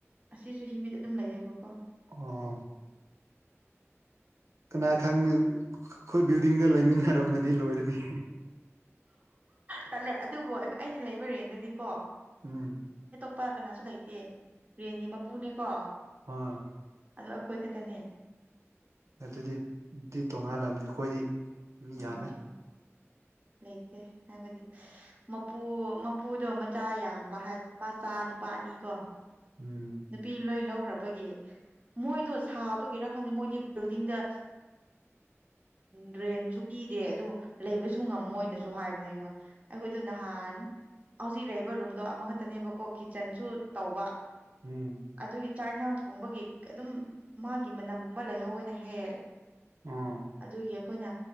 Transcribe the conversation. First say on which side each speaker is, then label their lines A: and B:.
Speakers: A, on the right; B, on the right.
A: ꯑꯁꯤꯁꯨ ꯍꯤꯃꯤꯠ ꯑꯗꯨꯝ ꯂꯩꯌꯦꯕꯀꯣ
B: ꯑꯣ ꯀꯅꯥ ꯈꯪꯅꯤ ꯑꯈꯣꯏ ꯕꯤꯜꯗꯤꯡꯗ ꯂꯩꯃꯤꯟꯅꯔꯝꯃꯗꯤ ꯂꯣꯏꯔꯦꯅꯤ
A: ꯇꯜꯂꯦ ꯑꯗꯨꯕꯨ ꯑꯩꯅ ꯂꯩꯕ ꯔꯦꯟꯗꯗꯤꯀꯣ
B: ꯎꯝ
A: ꯅꯨꯄꯥ ꯀꯅꯥꯁꯨ ꯂꯩꯇꯦ ꯔꯦꯟꯒꯤ ꯃꯄꯨꯅꯦꯀꯣ
B: ꯍꯣꯏ
A: ꯑꯗꯨ ꯑꯈꯣꯏ ꯈꯛꯇꯅꯦ
B: ꯑꯗꯨꯗꯤ ꯗꯤ ꯇꯣꯉꯥꯜꯂꯝꯃꯅꯤ ꯑꯈꯣꯏꯗꯤ ꯃꯤ
A: ꯎꯝ
B: ꯌꯥꯝꯃꯦ
A: ꯂꯩꯇꯦ ꯍꯥꯏꯕꯗꯤ ꯃꯄꯨ ꯃꯄꯨꯗꯣ ꯃꯆꯥ ꯌꯥꯝꯕ ꯍꯥꯏ ꯃꯆꯥ ꯅꯨꯄꯥ ꯑꯅꯤ ꯀꯣ
B: ꯎꯝ
A: ꯅꯨꯄꯤ ꯂꯣꯏ ꯂꯧꯈ꯭ꯔꯕꯒꯤ ꯃꯣꯏꯗꯣ ꯁꯥꯕꯒꯤꯔꯥ ꯈꯪꯗꯦ ꯃꯣꯏꯗꯤ ꯕꯤꯜꯗꯤꯡꯗ ꯗ꯭ꯔꯦꯟꯁꯨ ꯄꯤ ꯄꯤꯗꯦ ꯑꯗꯨ ꯂꯩꯕꯁꯨ ꯉꯝꯃꯣꯏꯅꯁꯨ ꯍꯥꯏꯕꯅꯦ ꯑꯩꯉꯣꯟ ꯑꯈꯣꯏꯗꯣ ꯅꯍꯥꯟ ꯍꯧꯖꯤꯛ ꯂꯩꯔꯤꯕ ꯔꯨꯝꯗꯣ ꯑꯃꯈꯛꯇꯅꯦꯕꯀꯣ ꯀꯤꯠꯆꯟꯁꯨ ꯇꯧꯕ
B: ꯎꯝ
A: ꯑꯗꯨꯒꯤ ꯆꯥꯛ ꯏꯟꯁꯥꯡ ꯊꯣꯡꯕꯒꯤ ꯑꯗꯨꯝ ꯃꯥꯒꯤ ꯃꯅꯝꯒꯨꯝꯕ ꯂꯩꯍꯧꯋꯦꯅ ꯍꯦꯛ ꯍꯦꯛ
B: ꯑꯣ
A: ꯑꯗꯨꯒꯤ ꯑꯈꯣꯏꯅ